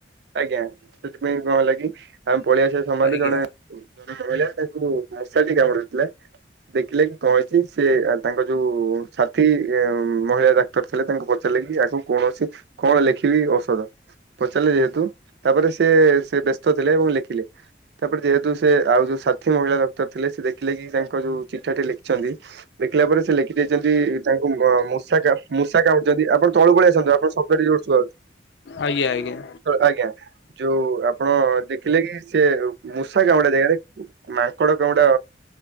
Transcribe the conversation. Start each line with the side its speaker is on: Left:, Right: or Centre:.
Right: ଆଜ୍ଞା ସେଥିପାଇଁ କଣ ହେଲାକି ଆମେ ପଳେଇଆସିବା ସମୟରେ
Left: ଆଜ୍ଞା
Right: ଜଣେ ମହିଳା ତାଙ୍କୁ ମଶାଟି କାମଡି ଦେଇଥିଲା। ଦେଖିଲେ କି କଣ ହେଇଛି ସେ ତାଙ୍କ ଯୋଉ ସାଥି ଉଁ ମହିଳା ଡାକ୍ତର ଥିଲେ ତାଙ୍କୁ ପଚାର ଦେଖିବି ଆକୁ କଣ ଅଛି କଣ ଲେଖିବି ଔଷଧ ପଚାରିଲେ ଯେ ହେତୁ ତାପରେ ସିଏ ସେ ବ୍ୟସ୍ତ ଥିଲେ ଏବଂ ଲେଖିଲେ ତାପରେ ଯେହେତୁ ସେ ଆଉ ଯୋଉ ସାଥିୀ ମହିଳା ଥିଲେ ସେ ଦେଖିଲେ କି ତାଙ୍କ ଯୋଉ ଚିଠାଟି ଲେଖିଚନ୍ତି ଦେଖିଲା ପରେ ସେ ଲେ ଦେଇଚନ୍ତି ତାଙ୍କୁ ମୂଷା ମୂଷା କାମୁଡିଚନ୍ତି ଆପଣ ତଳୁକୁ ପଳେଇ ଆସନ୍ତୁ ଆପଣଙ୍କ ଶବ୍ଦ ଟିକେ ଜୋର ଶୁଭା ହଉଚି।
Left: ଆଜ୍ଞା ଆଜ୍ଞା।
Right: ଆଜ୍ଞା ଯୋଉ ଆପଣ ଦେଖିଲେ କି ସେ ମୂଷା କାମୁଡ଼ା ଜାଗାରେ। ମାଙ୍କଡ କାମୁଡ଼ା